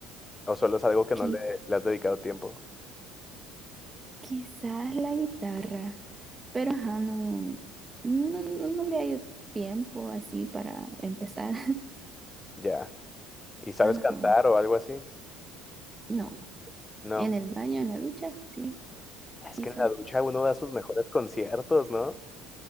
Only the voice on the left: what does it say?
¿O solo es algo que
no le, le has dedicado tiempo?
Ya. ¿Y sabes
cantar o algo así?
No.
Es
que en la ducha uno da sus mejores conciertos, ¿no?